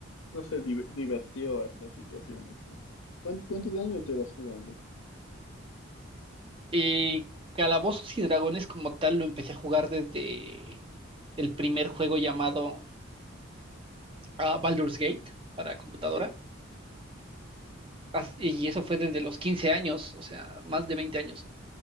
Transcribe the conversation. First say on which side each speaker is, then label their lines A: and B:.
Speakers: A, on the left; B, on the right.
A: no sé, di- divertido a estas situaciones, tú. ¿Cuán- ¿Cuántos años llevas jugando?
B: Y Calabozos y Dragones como tal lo empecé a jugar desde el primer juego llamado ah, Baldur's Gate para computadora. As- Y eso fue desde los 15 años, o sea, más de 20 años, ¿eh?